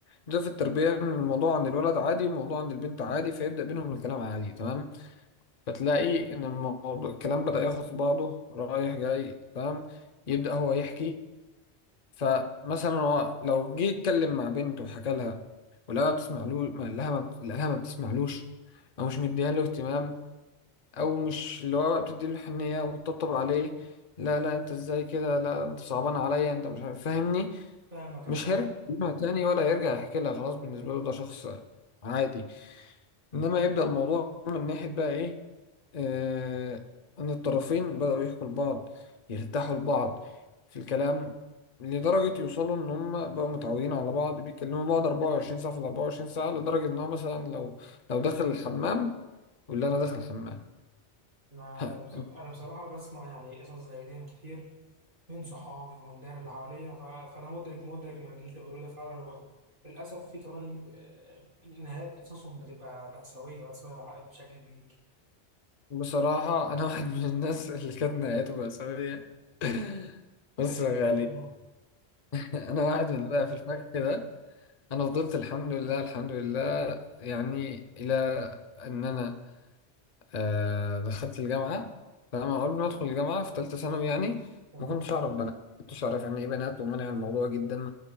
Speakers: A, on the left; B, on the right.
A: ده في التربية إن الموضوع عند الولد عادي الموضوع عند البنت عادي فيبدأ بينهم الكلام عادي تمام فتلاقي إن الموضوع الكلام بدأ ياخد بعضه رايح جاي تمام يبدأ هو يحكي فمثلا هو لو جه يتكلم مع بنت وحكى لها ولقاها بتسمع له ما لها ما لها ما بتسمعلوش أو مش مديها له اهتمام او مش اللي هو بتدي له حنيه وتطبطب عليه لا لا انت ازاي كده لا انت صعبان عليا انت مش عارف فاهمني
B: فاهمك انا
A: مش هيرجع يكلمها تاني ولا هيرجع يحكي لها خلاص بالنسبه له ده شخص عادي انما يبدا الموضوع من ناحيه بقى ايه آه ان الطرفين بداوا يحكوا لبعض يرتاحوا لبعض في الكلام لدرجة يوصلوا إن هما بقوا متعودين على بعض بيكلموا بعض 24 ساعة في ال 24 ساعة لدرجة إن هو مثلا لو لو داخل الحمام يقول لي أنا داخل الحمام
B: انا
A: <laughs>
B: بص... انا بصراحه بسمع يعني قصص زي دي كتير من صحابي ومن الدايره اللي حواليا ف... فانا مدرك مدرك من اللي انت بتقوله ده فعلا و... للاسف في كمان آه، نهايات قصصهم بتبقى مأساويه مأساويه بشكل كبير
A: بصراحة أنا <laughs> واحد من الناس اللي كانت نهايته مأساوية <laughs> بص
B: لا
A: يا
B: لا
A: غالي
B: لا الله.
A: أنا واحد من اللي بقى في الفخ ده أنا فضلت الحمد لله الحمد لله يعني إلى إن أنا آه دخلت الجامعة فأنا قبل ما أدخل الجامعة في تالتة ثانوي يعني
B: تمام
A: ما كنتش أعرف بنات ما كنتش أعرف يعني إيه بنات ومنع الموضوع جدا